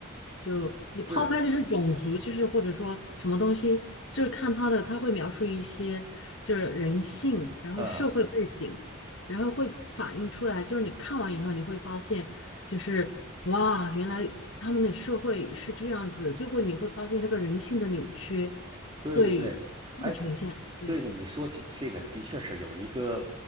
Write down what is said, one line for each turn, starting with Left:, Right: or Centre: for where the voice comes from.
Left: 就你抛开就是种族，
Right: 是，
Left: 就是或者说什么东西，就是看他的，他会描述一些就是人性，然后社会背景，
Right: 嗯，
Left: 然后会反映出来，就是你看完以后你会发现，就是哇，原来他们的社会是这样子，就会你会发现这个人性的扭曲。
Right: 对对对，
Left: 会更呈现。
Right: 哎，
Left: 对，
Right: 对对，你说起这个，的确是有一个，